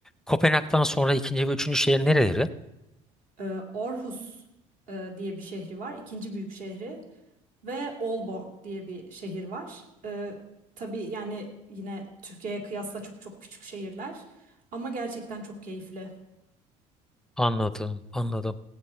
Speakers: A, in the centre; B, on the right.
A: Kopenhag'dan sonra ikinci ve üçüncü şehir nereleri?
B: Ee, Aarhus e, diye bir şehri var. ikinci büyük şehri. Ve Aalborg diye bir şehir var. Ee, tabii yani yine Türkiye'ye kıyasla çok çok küçük şehirler. Ama gerçekten çok keyifli.
A: Anladım, anladım.